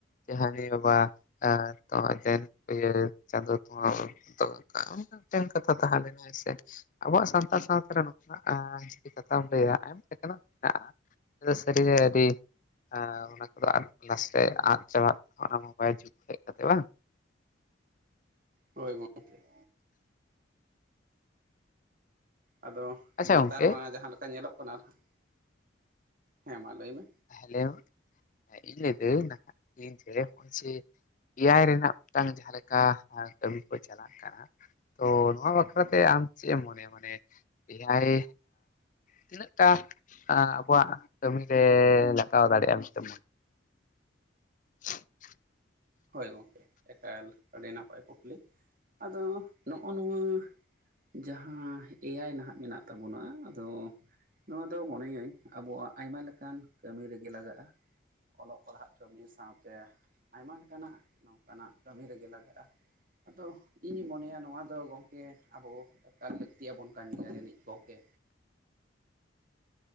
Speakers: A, on the left (about 40°); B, on the right (about 45°).
A: ᱡᱟᱸᱜᱟ ᱦᱮᱸ ᱵᱟᱵᱟ ᱟᱨ ᱛᱚᱣᱟ ᱫᱮᱱ ᱤᱭᱟᱹ ᱪᱟᱸᱫᱳ ᱛᱚᱣᱟ <unintelligible> ᱢᱤᱫᱴᱮᱱ ᱠᱟᱛᱷᱟ ᱛᱟᱦᱮᱸ ᱞᱮᱱᱟᱭ ᱥᱮ ᱟᱵᱚᱣᱟᱜ ᱥᱟᱣ- <unintelligible> ᱡᱩᱫᱤ ᱠᱟᱛᱷᱟᱢ ᱞᱟᱹᱭᱟ, <unintelligible> ᱥᱟᱹᱨᱤ ᱜᱮ ᱟᱹᱰᱤ ᱟᱨ ᱚᱱᱟ ᱠᱚᱫᱚ ᱟᱫ ᱱᱟᱥᱮ ᱟᱫ ᱪᱟᱵᱟᱜ ᱚᱱᱟ ᱢᱳᱵᱟᱭᱤᱞ ᱡᱩᱜᱽ ᱦᱮᱡ ᱠᱟᱛᱮ ᱵᱟᱝ
B: ᱦᱳᱭ ᱜᱚᱢᱠᱮ ᱟᱫᱚ
A: ᱟᱪᱪᱷᱟ
B: ᱱᱮᱛᱟᱨ
A: ᱜᱚᱝᱠᱮ
B: ᱢᱟ ᱡᱟᱦᱟᱸ ᱞᱮᱠᱟ ᱧᱮᱞᱚᱜ ᱠᱟᱱᱟ ᱱᱟᱦᱟᱜ, ᱦᱮᱸ ᱢᱟ ᱞᱟᱹᱭ ᱢᱮ
A: ᱦᱮᱞᱮ ᱤᱧ ᱞᱟᱹᱭ ᱫᱟᱹᱲ <unintelligible> <unintelligible> ᱮᱭᱟᱭ ᱨᱮᱱᱟᱜ ᱢᱤᱫᱴᱟᱝ ᱡᱟᱦᱟᱸ ᱞᱮᱠᱟ ᱠᱟᱹᱢᱤ ᱠᱚ ᱪᱟᱞᱟᱜ ᱠᱟᱱᱟ ᱛᱚ ᱱᱚᱣᱟ ᱵᱟᱠᱷᱨᱟᱛᱮ ᱟᱢ ᱪᱮᱼᱮᱢ ᱢᱚᱱᱮᱭᱟ ᱢᱟᱱᱮ ᱮᱭᱟᱭ ᱛᱤᱱᱟᱹᱜᱴ ᱟᱵᱚᱣᱟᱜ ᱠᱟᱹᱢᱤ ᱨᱮ ᱞᱟᱜᱟᱣ ᱫᱟᱲᱮᱭᱟᱜᱼᱟ ᱢᱮᱱᱛᱮ ᱢᱚᱡᱽ <inaudible>
B: ᱦᱳᱭ ᱜᱚᱝᱠᱮ ᱮᱠᱟᱞ ᱟᱹᱰᱤ ᱱᱟᱯᱟᱭ ᱠᱩᱠᱞᱤ ᱟᱫᱚ ᱱᱚᱜᱼᱚ ᱱᱚᱣᱟ ᱡᱟᱦᱟᱸ ᱮᱭᱟᱭ ᱱᱟᱦᱟᱜ ᱢᱮᱱᱟᱜ ᱛᱟᱵᱚᱱᱟ ᱟᱫᱚ ᱤᱧ ᱫᱚ ᱢᱚᱱᱮᱭᱟᱹᱧ ᱟᱵᱚᱣᱟᱜ ᱟᱭᱢᱟ ᱞᱮᱠᱟᱱ ᱠᱟᱹᱢᱤ ᱨᱮᱜᱮ ᱞᱟᱜᱟᱜᱼᱟ ᱚᱞᱚᱜ ᱯᱟᱲᱦᱟᱜ ᱠᱟᱹᱢᱤ ᱥᱟᱶᱛᱮ ᱟᱭᱢᱟ ᱞᱮᱠᱟᱱᱟᱜ ᱱᱚᱝᱠᱟᱱᱟᱜ ᱠᱟᱹᱢᱤ ᱨᱮᱜᱮ ᱞᱟᱜᱟᱜᱼᱟ ᱟᱫᱚ ᱤᱧᱤᱧ ᱢᱚᱱᱮᱭᱟ ᱱᱚᱣᱟ ᱫᱚ ᱜᱚᱝᱠᱮ ᱟᱵᱚ ᱮᱠᱟᱞ ᱞᱟᱹᱠᱛᱤᱭᱟᱵᱚᱱ ᱠᱟᱱ ᱜᱮᱭᱟ ᱡᱟᱹᱱᱤᱡ ᱜᱝᱚᱠᱮ